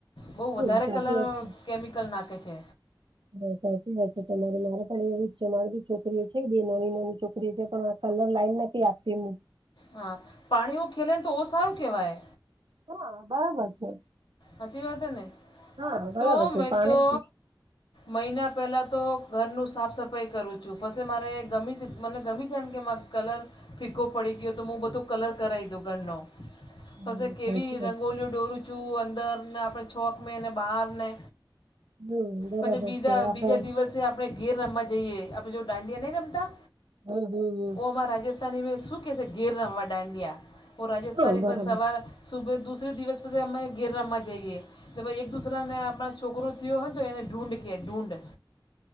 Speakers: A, on the left; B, on the right.
A: બહુ વધારે
B: હમ સાચી
A: કલર
B: વાત છે
A: કેમિકલ નાખ છે
B: હા સાચી વા છે તમારે મારે પણ એવું છે મારી બી છોકરીઓ છે બે નાની નાની છોકરી જ પણ આ કલર લાઈન નથી આપીું
A: હા પાણી એવું ખેલે ને તો ઓ સારું કહેવાય
B: હા બરાબર છે
A: હચી વાતો નને
B: હા બરાબર
A: તોું
B: છે
A: મે
B: પાણી
A: તો
B: જ.
A: મહિના પહેલાં તો ઘરનું સાફ સફાઈ કરું છું પછ મારે ગમેી જ મને ગમી જને કે મા કલર ફીકો પડી ગયો તો હું બધો કલર કરાવી દઉ ઘરનો
B: હમ
A: પ કેવી
B: સાચી વાત
A: રંગોલીઓ દોરું છું અને આપ છોક બહારને
B: હમ બરાબર
A: પછી બીા
B: છે આપડે
A: બીજા દિવસે આપ આપણે ઘેર રમવા જઈએ આપણે જો દાંડિયા નહીં રમતા
B: હમ હમ હમ
A: માં રાજસ્થાનીમાં શું કહે ઘેર રમવા દાંડિયા પો રાજસ્થાની
B: હા બરાબર
A: પર સવારે
B: છે.
A: સુે દુસરે દિવસ પછી અમે ઘેર રમવા જઈએ કે ભાઈ એક દુસરાને આપણા છોકરો થયો તો એને ઢૂઢ કે ઢૂંઢ